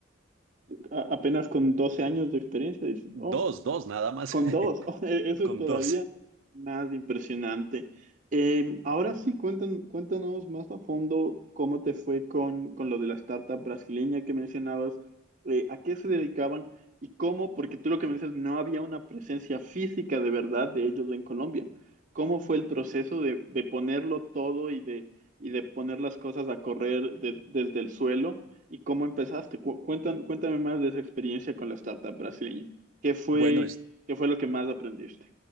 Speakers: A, on the right (about 40°); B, on the right (about 75°).
A: A- apenas con 12 años de experiencia, dices, oh,
B: Dos, dos, nada más,
A: Con
B: <laughs>
A: dos, <laughs> eso
B: con
A: es todavía
B: dos.
A: más impresionante. Eh, ahora sí, cuentan- cuéntanos más a fondo cómo te fue con, con lo de la startup brasileña que mencionabas, eh, a qué se dedicaban y cómo, porque tú lo que me dices, no había una presencia física de verdad de ellos en Colombia. ¿Cómo fue el proceso de, de ponerlo todo y de, y de poner las cosas a correr de- desde el suelo? ¿Y cómo empezaste? Cu- cuentan- cuéntame más de esa experiencia con la startup brasileña. ¿Qué fue?
B: Bueno, es
A: ¿Qué fue lo que más aprendiste?